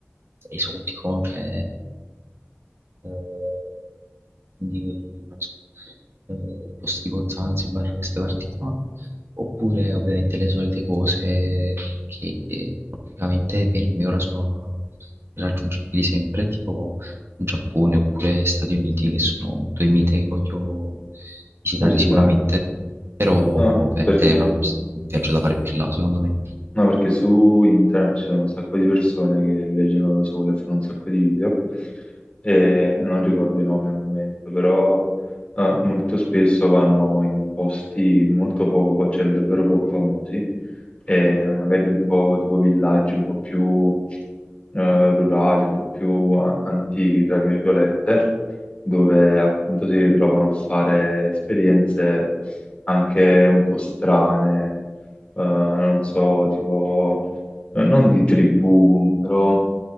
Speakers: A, on the right; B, on the left.
A: esotico, cioè eh, quindi non so, eh, posti tipo Zanzibar, queste parti qua, oppure ovviamente le solite cose che economicamente per me ora sono raggiungibili sempre, tipo Giappone oppure Stati Uniti, che sono due mite che voglio visitare
B: visitare.
A: sicuramente, però ovviamente
B: Ah, perché?
A: è una- un viaggio da fare più là, secondo me.
B: No, perché su internet ci sono un sacco di persone che viaggiano da sole e fanno un sacco di video, e non ricordo i nomi al momento, però eh, molto spesso vanno in posti molto poco, fa- cioè davvero poco famosi, e magari un po' tipo villaggi un po' più eh, rurali, un po' più a- antichi, tra virgolette, dove appunto si ritrovano a fare esperienze anche un po' strane eh, non so, tipo, eh, non di tribù, però